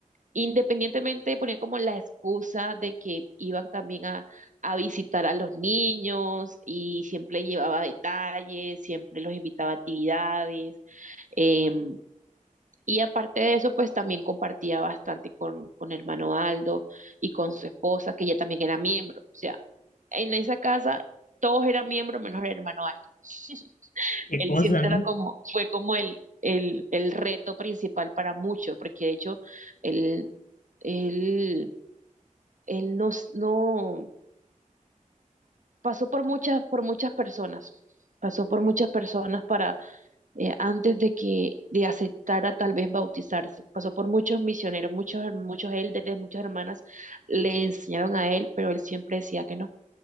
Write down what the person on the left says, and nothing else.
Qué
cosa,
¿no?